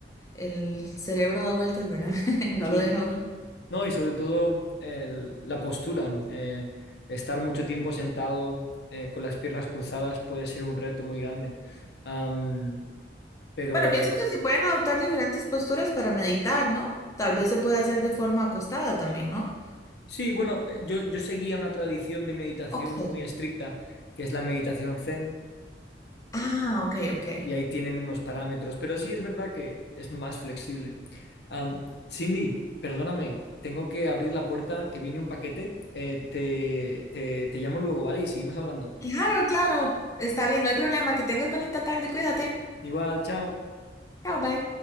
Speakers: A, on the left (about 20°); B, on the left (about 65°).
A: el cerebro da vueltas, ¿verdad? <laughs> No
B: sí,
A: lo deja uno.
B: no, y sobre todo el- la postura. eh, estar mucho tiempo sentado eh, con las piernas cruzadas puede ser un reto muy grande. Am, pero
A: Bueno, pienso que se pueden adoptar diferentes posturas para meditar, ¿no? Tal vez se puede hacer de forma acostada también, ¿no?
B: sí, bueno, eh, yo, yo seguía una tradición de meditación
A: Ok.
B: muy estricta, que es la meditación Zen,
A: Ah, ok, ok.
B: y ahí tienen unos parámetros, pero sí es verdad que es más flexible. Am, Cindy, perdóname, tengo que abrir la puerta que viene un paquete. Eh, te, te, te llamo luego, ¿vale? Y seguimos hablando.
A: Claro, claro. Está bien, no hay problema. Que tengas bonita tarde, cuídate.
B: Igual, chao.
A: Chao, bye.